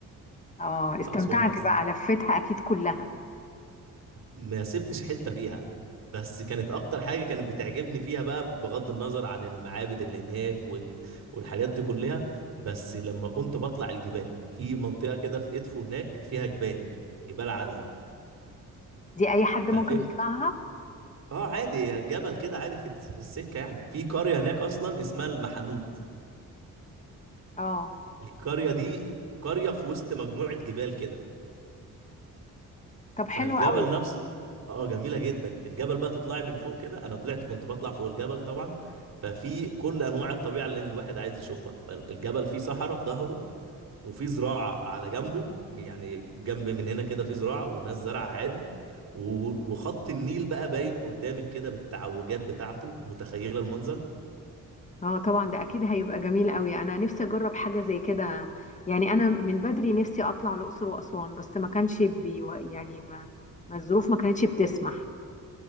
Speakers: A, on the left; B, on the right.
A: اه استمتعت
B: في اسوان بس
A: بقى لفتها اكيد كلها
B: ما سبتش حته فيها بس كانت اكتر حاجه كانت بتعجبني فيها بقى بغض النظر عن المعابد اللي هناك وال... والحاجات دي كلها بس لما كنت بطلع الجبال في منطقه كده في ادفو هناك فيها جبال جبال عاليه
A: دي اي حد ممكن
B: ففك
A: يطلعها
B: اه عادي جبل كده عادي في في السكه يعني في قريه هناك اصلا اسمها المحاميد
A: اه
B: القريه دي قريه في وسط مجموعه جبال كده
A: طب حلو
B: فالجبل
A: قوي
B: نفسه اه جميله جدا الجبل بقى تطلعي من فوق كده انا طلعت كنت بطلع فوق الجبل طبعا ففي كل انواع الطبيعه اللي الواحد عايز يشوفها فالجبل فيه صحراء في ظهره وفي زراعه على جنبه يعني جنب من هنا كده في زراعه وناس زرع عادي و- وخط النيل بقى باين قدامك كده بالتعوجات بتاعته متخيله المنظر
A: اه طبعا ده اكيد هيبقى جميل قوي انا نفسي اجرب حاجه زي كده يعني انا من بدري نفسي اطلع الاقصر واسوان بس ما كانش بي يعني ما, ما الظروف ما كانتش بتسمح